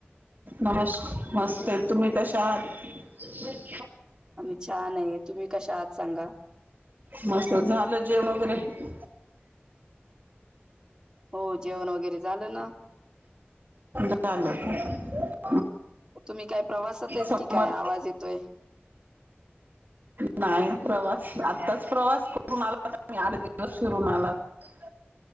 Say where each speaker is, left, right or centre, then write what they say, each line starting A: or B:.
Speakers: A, on the right; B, on the right.
A: नमश मस्ते. तुम्ही कशा आहात?
B: आम्ही छान आहे. तुम्ही कशा आहात सांगा?
A: मस्त झालं जेवण वगैरे
B: हो जेवण वगैरे झालं ना
A: <unintelligible>
B: तुम्ही काय प्रवासात आहेत
A: समर
B: कि काय आवाज येतोय.
A: नाही - प्रवास आत्ताच प्रवास करून आला आठ दिवस फिरून आलात.